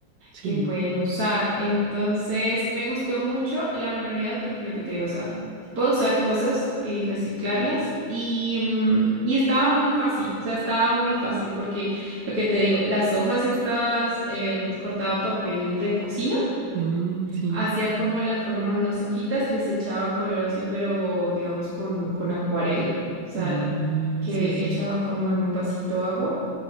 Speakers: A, on the right (about 65°); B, on the right (about 50°).
A: Sí.
B: que pueden usar. Entonces, me gustó mucho la manualidad porque lo que te digo, o sea, se puede usar cosas y reciclarlas y, mm, y estaba muy fácil, o sea, estaba muy fácil porque lo que te digo, las hojas estas em, cortaba papel de cocina,
A: Mm, sí.
B: hacía como la forma de unas hojitas, les echaba color así, pero digamos con, con acuarela, o sea,
A: Ah,
B: que
A: sí, sí.
B: echaba como en un vasito agua